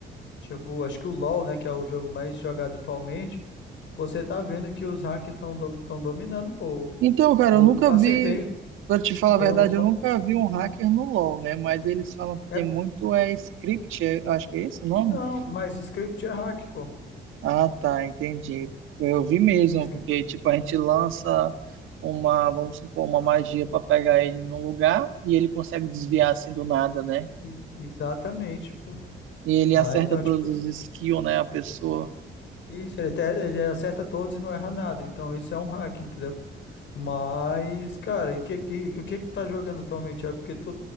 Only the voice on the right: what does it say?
Então, cara,
eu nunca
vi,
para te falar
a verdade,
eu nunca vi um hacker no LoL, né? Mas eles falam que tem
muito é script, é- acho que é esse o nome?
Ah, tá, entendi. Eu vi mesmo,
porque tipo a gente lança uma, vamos supor, uma magia para pegar ele num lugar e ele consegue desviar assim do nada, né?
E ele
acerta
todos
os skills, né, a pessoa.